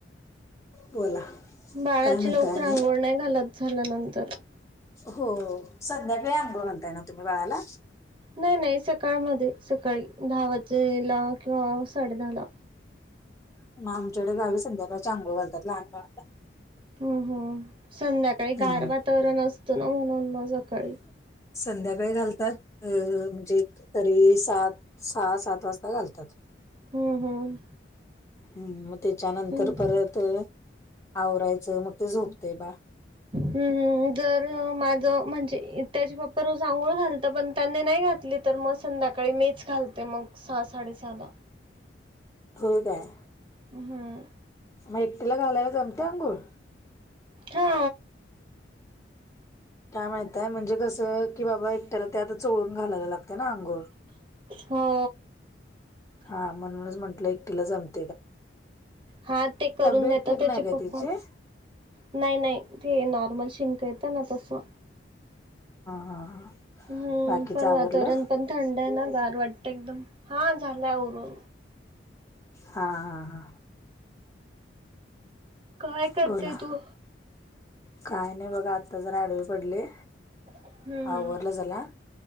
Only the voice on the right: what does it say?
बाळाची
लवकर
आंघोळ नाही घालत. झाल्यानंतर
नाही नाही सकाळमध्ये सकाळी दहा वाजेला किंवा साडे दहाला
हं हं संध्याकाळी
गार वातावरण असतना म्हणून मग सकाळी
हम्म हम्म
हम्म
हम्मम् जर माझ म्हणजे त्याचे बाप्पा रोज आंघोळ घालता पण त्यांनी नाही घातली. तर मग संध्याकाळी मीच घालते मग सहा साडे सहाला
हम
हा
हो
हा ते करून
देता
त्याचे
पप्पा
नाही नाही ते नॉर्मल शिक येतं ना तसं
हम्म
पण
वातावरण पण थंड आहे. ना गार वाटतं एकदम हा झालाय आवरून
काय करते
तू?
हम्म